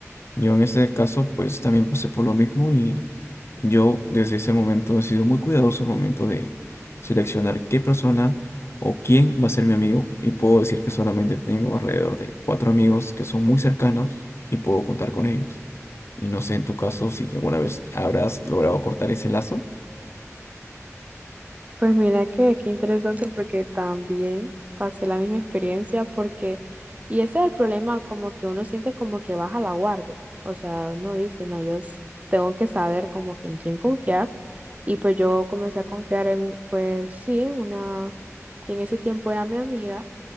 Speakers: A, on the left; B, on the right.
A: yo en ese caso pues también pasé por lo mismo y yo desde ese momento he sido muy cuidadoso al momento de seleccionar qué persona o quién va a ser mi amigo y puedo decir que solamente tengo alrededor de cuatro amigos que son muy cercanos y puedo contar con ellos. Y no sé en tu caso si alguna vez habrás logrado cortar ese lazo.
B: Pues mira que qué interesante porque también pasé la misma experiencia porque, y ese es el problema, como que uno siente como que baja la guardia, o sea, uno dice, no, yo s- tengo que saber como que en quién confiar, y pues yo comencé a confiar en, pues sí, una que en ese tiempo era mi amiga,